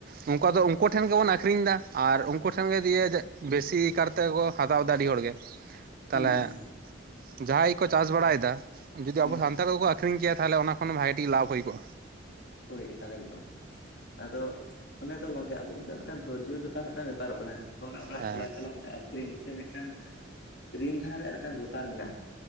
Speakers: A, on the right (about 50°); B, on the left (about 60°).
A: ᱩᱱᱠᱩᱣᱟᱜ ᱫᱚ ᱩᱱᱠᱩ ᱴᱷᱮᱱ ᱜᱮᱵᱚᱱ ᱟᱠᱷᱨᱤᱧ ᱫᱟ ᱟᱨ ᱩᱱᱠᱩ ᱴᱷᱮᱱ ᱜᱮ ᱫᱤᱭᱮ ᱵᱮᱥᱤ ᱠᱟᱨᱛᱮ ᱠᱚ ᱦᱟᱛᱟᱣ ᱫᱟ ᱟᱹᱰᱤ ᱦᱚᱲ ᱜᱮ᱾ ᱛᱟᱦᱚᱞᱮ
B: ᱦᱩᱸ ᱦᱩᱸ ᱦᱩᱸ
A: ᱡᱟᱦᱟᱸᱭ ᱠᱚ ᱪᱟᱥ ᱵᱟᱲᱟᱭ ᱮᱫᱟ ᱡᱩᱫᱤ
B: ᱦᱩᱸ
A: ᱟᱵᱚ ᱥᱟᱱᱛᱟᱲ ᱠᱚ ᱠᱚ ᱟ ᱟᱠᱷᱨᱤᱧ ᱠᱮᱭᱟ ᱛᱟᱦᱚᱞᱮ ᱚᱱᱟ ᱠᱷᱚᱱ ᱦᱚᱸ ᱵᱷᱟᱹᱜᱤ ᱴᱷᱤᱠ ᱞᱟᱵᱷ ᱦᱩᱭ ᱠᱚᱜ-ᱟ
B: ᱦᱳᱭ ᱮᱠᱟᱞ ᱮᱠᱫᱚᱢ ᱟᱫᱚ ᱚᱱᱮ ᱛᱚ ᱜᱚᱝᱠᱮ ᱟᱵᱚ ᱠᱚ ᱴᱷᱮᱱ ᱢᱤᱫᱴᱟᱝ ᱫᱷᱳᱨᱡᱚ ᱵᱮᱯᱟᱨ ᱢᱤᱫᱴᱟᱝ ᱵᱮᱯᱟᱨᱚᱜ ᱠᱟᱱᱟ ᱦᱚᱲᱟᱜ ᱚᱲᱟᱜ
A: ᱦᱮᱸ
B: ᱪᱟᱞᱟᱣ ᱪᱟᱞᱟᱣ ᱠᱟᱛᱮ ᱟᱹᱠᱷᱨᱤᱧ ᱥᱮ ᱢᱤᱫᱴᱟᱝ ᱨᱤᱱ ᱫᱷᱟᱨ ᱨᱮᱭᱟᱜ ᱢᱤᱫᱴᱟᱝ ᱵᱮᱯᱟᱨ ᱢᱮᱱᱟᱜ-ᱟ